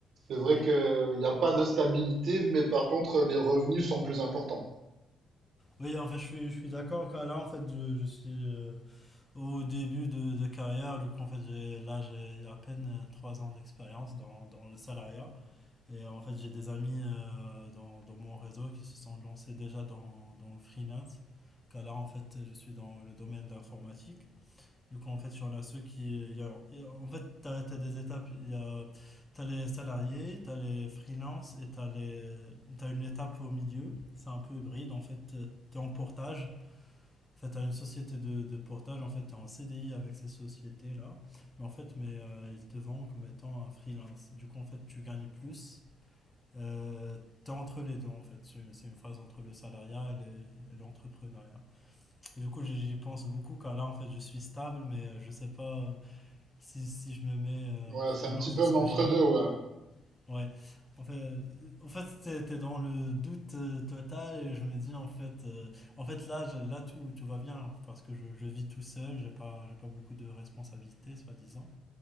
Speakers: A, on the right; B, on the left.
A: c'est vrai
B: Ouais.
A: qu'il n'y a pas de stabilité, mais par contre, les revenus sont plus importants.
B: Oui, en fait, je suis, je suis d'accord. car Là, en fait, je, je suis euh, au début de, de carrière. Du coup, en fait, j'ai, là, j'ai à peine euh, trois ans d'expérience dans, dans le salariat. Et en fait, j'ai des amis euh, dans, dans mon réseau qui se sont lancés déjà dans, dans le freelance. Car là, en fait, je suis dans le domaine d'informatique. du coup en fait, sur y en a ceux qui. il y a- il y a- en fait, tu as, des étapes. Il y a, t'as les salariés, tu as les freelances et tu as, les, t'as une étape au milieu. C'est un peu hybride. En fait, tu es en portage. En fait, tu as une société de, de portage. En fait, tu es en CDI avec ces sociétés-là. Mais en fait, mais, euh, ils te vendent comme étant un freelance. Du coup, en fait, tu gagnes plus. Euh, tu es entre les deux, en fait. C'est c'est une phase entre le salariat et les- et l'entrepreneuriat. Et du coup, j'y j'y pense beaucoup car là, en fait, je suis stable, mais euh, je sais pas. Si, si je me mets euh,
A: Ouais,
B: en freelance,
A: c'est un petit peu
B: est-ce
A: un
B: que
A: entre-deux,
B: genre...
A: ouais.
B: Ouais. En fait, euh, en fait t'es, t'es dans le doute euh, total et je me dis en fait, euh, en fait là, je- là tout, tout va bien parce que je, je vis tout seul, j'ai pas, j'ai pas beaucoup de responsabilités soi-disant.